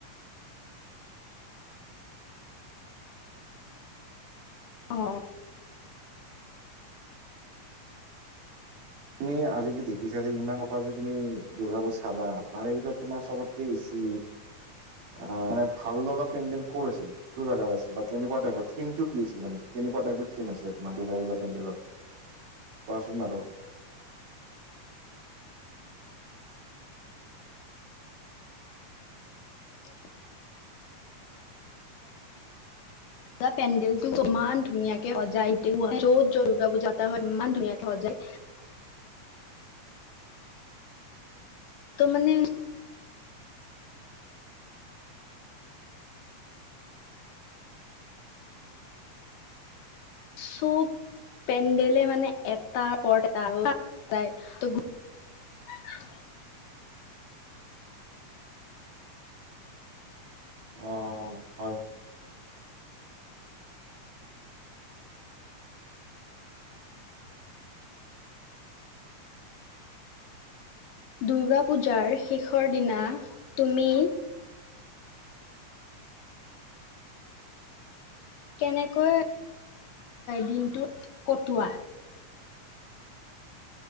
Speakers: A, on the left (about 75°); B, on the right (about 80°).
A: অ
B: তুমি আজি যে দেখিছা যে ইমান সোপাহ যে তুমি দুৰ্গা পুজা চালা তাৰে ভিতৰত তোমাৰ চবতকে বেছি আহ মানে ভাল লগা পেণ্ডেল কত আছিল কি জগাৰ আছিল বা কেনেকুৱা টাইপৰ থিমটো কি আছিল মানে কেনেকুৱা টাইপৰ থিম আছিলে তোমাৰ দুৰ্গা পূজা পেণ্ডেলৰ কোৱাচোন বাৰু?
A: <inaudible> ধৰা পেণ্ডেলটো ইমান ধুনীয়াকে সজায়, য'ত য'ত দুৰ্গা পুজা এটা হয় ইমান ধুনীয়াকে সজায়। তো মানে চব পেণ্ডেলে মানে এটাৰ ওপৰত এটা সজায় আৰু
B: অ হয়।
A: দুৰ্গা পূজাৰ শেষৰ দিনা তুমি কেনেকৈ দিনটো কটোৱা?